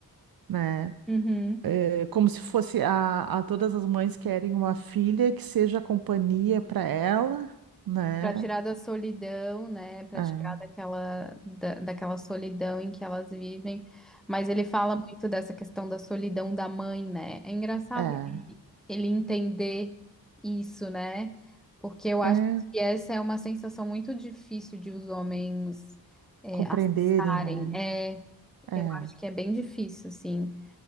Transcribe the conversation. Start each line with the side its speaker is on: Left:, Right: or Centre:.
Right: né?
Centre: Uhum.
Right: É como se fosse a, a todas as mães querem uma filha que seja companhia para ela, né?
Centre: Para tirar da solidão, né? Para
Right: É,
Centre: tirar daquela, da, daquela solidão em que elas vivem. Mas ele fala muito dessa questão da solidão da mãe, né? É engraçado
Right: é,
Centre: ele, ele entender isso, né? Porque eu acho
Right: é, é,
Centre: que essa é uma sensação muito difícil de os homens é,
Right: compreenderem,
Centre: acessarem.
Right: né?
Centre: É,
Right: É,
Centre: eu acho que é bem difícil, assim.